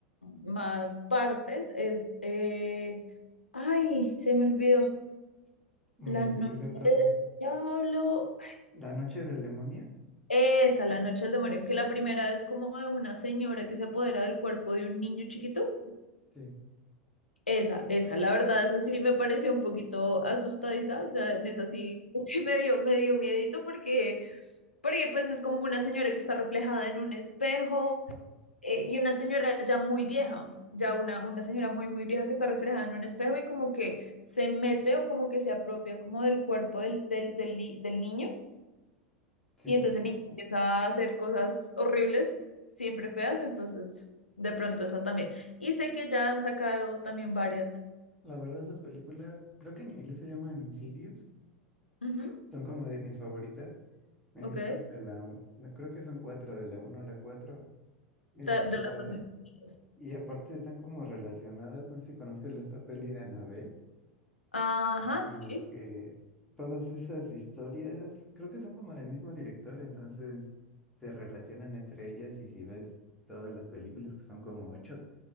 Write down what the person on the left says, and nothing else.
más partes, es, eh, ay, se me olvidó,
La Noche
del Diablo,
esa, La Noche del Demonio, que la primera es como de una señora que se apodera del cuerpo de un niño chiquito.
Esa, esa, la verdad, esa sí me pareció un poquito asustadiza, o sea, en esa sí, <laughs> sí me dio, me dio miedito porque, porque pues es como una señora que está reflejada en un espejo eh, y una señora ya muy vieja, ya una, una señora muy, muy vieja que está reflejada en un espejo y como que se mete o como que se apropia como del cuerpo del, del, del, li- del niño
y entonces el niño empieza a hacer cosas horribles, siempre feas, entonces de pronto esa también. Y sé que ya han sacado también varias.
Ujú,
ok.
Ta-
De las
dos distintas.
Ajá,
sí.